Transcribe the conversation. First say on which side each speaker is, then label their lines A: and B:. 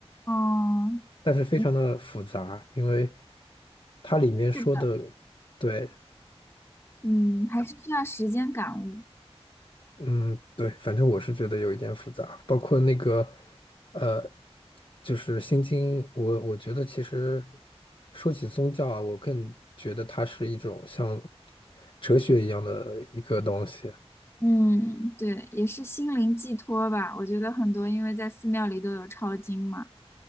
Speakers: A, on the left; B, on the left.
A: 嗯，
B: 但是非常的复杂，
A: 嗯
B: 因为它里面说的，
A: 是的，
B: 对，
A: 嗯，还是需要时间感悟。
B: 嗯，对，反正我是觉得有一点复杂，包括那个，呃，就是《心经》，我我觉得其实说起宗教啊，我更觉得它是一种像哲学一样的一个东西。
A: 嗯，对，也是心灵寄托吧。我觉得很多，因为在寺庙里都有抄经嘛。